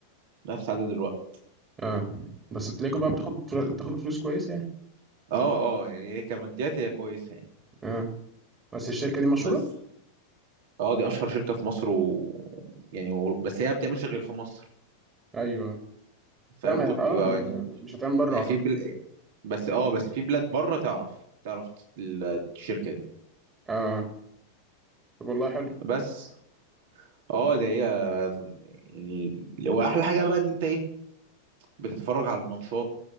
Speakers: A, on the right (about 50°); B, on the right (about 20°).
A: نفس عدد الوقت
B: اه بس بتلاقوا بقى بتاخد بتاخد فلوس كويس يعني
A: اه اه يعني هي كماديات هي كويسة يعني
B: اه بس الشركة دي مشهورة
A: بس اه دي اشهر شركه في مصر و يعني و... بس هي ما بتعملش غير في مصر
B: ايوه
A: فاهم
B: لا ما
A: كنت يعني
B: اه ما مش هتعمل بره
A: يعني
B: اعتقد
A: في بل... بس اه بس في بلاد بره تعرف تعرف ال- الشركه دي
B: اه طب والله حلو
A: بس اه ده هي يعني واحلى حاجه بقى ان انت ايه بتتفرج على الماتشات